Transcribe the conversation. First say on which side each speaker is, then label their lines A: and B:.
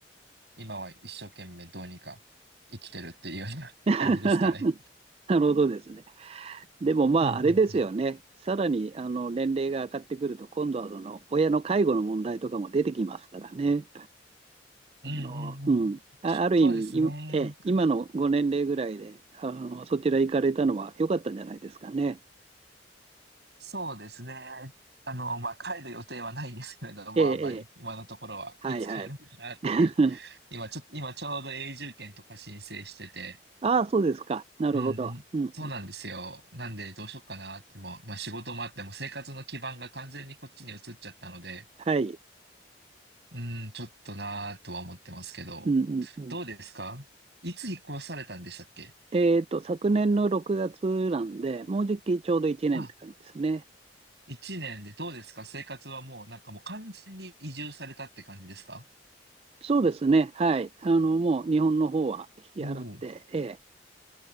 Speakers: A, on the right; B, on the right.
A: 今は一生懸命どうにか生きてるっていうような感じですかね。
B: <laughs> なるほどですね。でもまあ、
A: うん
B: あれですよね。さらに、あの、年齢が上がってくると、今度はその、親の介護の問題とかも出てきますからね。
A: うんうんうんうんうん。
B: あの、うん。あ、ある意味、
A: そうですね。
B: い、ええ、今のご年齢ぐらいで、あの、そちら行かれたのは良かったんじゃないですかね。
A: そうですね。あの、まあ、帰る予定はないんですけれども、
B: ええ、
A: あんまり今のところはいつ帰ろうかなっていう。
B: ええ、はいはい。<laughs>
A: 今ちょ、今ちょうど永住権とか申請してて、
B: ああ、そうですか。なるほど。
A: うん。うんうんそうなんですよ。
B: うんうん、
A: なんでどうしようかなってもう、まあ、仕事もあっても生活の基盤が完全にこっちに移っちゃったので、
B: はい。
A: うん、ちょっとなーとは思ってますけど、
B: うんうんうん。
A: どうですかいつ引っ越されたんでしたっけ
B: えっと、昨年の6月なんで、もうじきちょうど1年って感じですね。
A: あ、一年でどうですか生活はもうなんかもう完全に移住されたって感じですか
B: そうですね。はい。あの、もう日本の方は引き払って、
A: おおー、
B: え